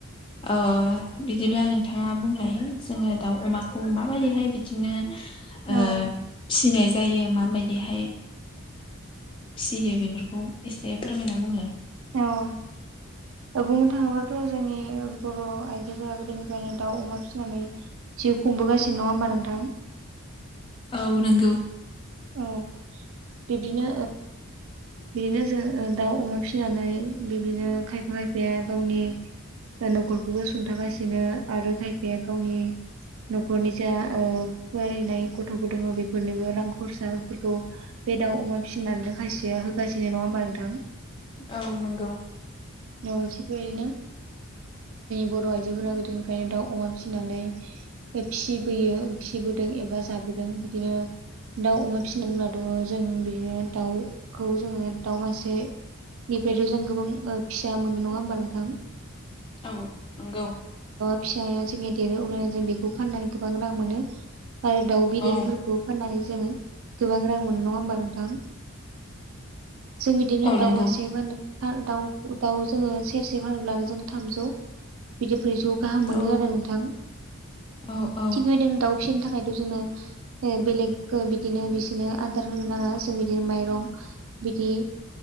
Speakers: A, on the left; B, on the right.
A: अ बिदिब्ला नोंथांङा बुंलायो जोंङो दाउ अमाखौ माबायदिहाय बिदिनो फिनाय
B: औ
A: जायो माबायदिहाय फियो बेफोरखौ एसे फोरमायना बुंलाय
B: औ बुंनो थांङोबाथ' जोंनि बर' आइजो गोदोनिफ्रायनो दाउ अमा फिसिनानै जिउ खुंबोगासिनो नंङा होमबा नोंथां
A: औ नंगौ
B: औ बिबदिनो बिदिनो जों दाउ अमा फिसिनानै बिदिनो खायफा खायफाया गावनि नखरखौबो सुंथागासिनो आरो खायफाया गावनि न'खरनि जा फरायनाय गथ'फोर दंङो बेफोरनिबो रां खरसाफोरखौ बे दाउ अमा फिसिनानै खायसेया होगासिनो नंङा होमबा नोंथां
A: औ नंगौ
B: <unintelligible> <unintelligible> जोंनि बर' आइजोफोरा गोदोनिफ्रायनो दाउ अमा फिसिनानै फिबोयो फिबोदों एबा जाबोदों बिदिनो दाउ अमा फिसिनोब्लाथ' जों बिदिनो दाउखौ जोंङो दाउ मासे निफ्रायथ' जों गोबां फिसा मोनो नंङा होमबा नोंथां <unintelligible> <unintelligible>
A: औ नंगौ
B: फिसाया जोंनि देरो अब्लानो जों बेखौ फाननानै गोबां रां मोनो आरो दाउ बिदैफोरखौ
A: औ
B: फाननानै जोङो गोबां रां मोनो नङा होमबा नोंथां जों बिदिनो
A: औ
B: दाउ
A: नंगौ
B: मासे बा दाउ दाउ जोङो सेरसे फानोब्लानो जों थामजौ बिदि ब्रैजौ गाहाम मोनो
A: औ
B: आरो नोंथां
A: औ औ
B: थिग बेदिनो दाउ फिसिनि थाखायथ' जोङो बेलेग बिदिनो बिसोरनो आदार होनो नाङा जों बिदिनो माइरं बिदि